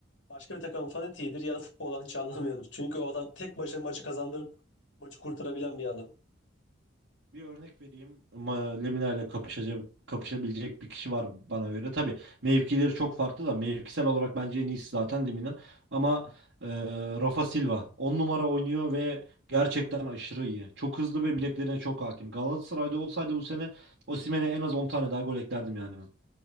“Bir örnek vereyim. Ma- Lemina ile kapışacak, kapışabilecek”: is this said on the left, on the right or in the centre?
Right